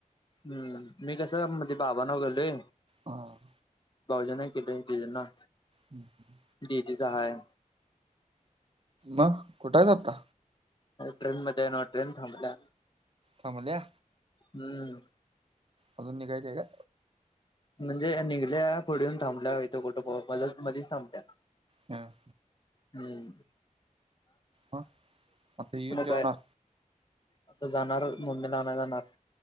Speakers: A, on the left; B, on the right.
A: हम्म मी कसं मध्ये बाबा नवगले.
B: हा.
A: भाऊजी नाही केले ते जंना.
B: हम्म.
A: दीदीचा हाय.
B: मग कुठं आहेच आता?
A: ट्रेन मध्ये हो ना ट्रेन थांबल्या.
B: थांबल्या
A: हम्म.
B: अजून निघायचंय का?
A: म्हणजे निघल्या पुढुन थांबल्या इथे कुठं पो <unintelligible> मधीच थांबल्या.
B: हां.
A: हम्म.
B: हा आता येऊन
A: मग
B: जेऊणार?
A: काय आता जाणार मुंडेला नगर नाथ.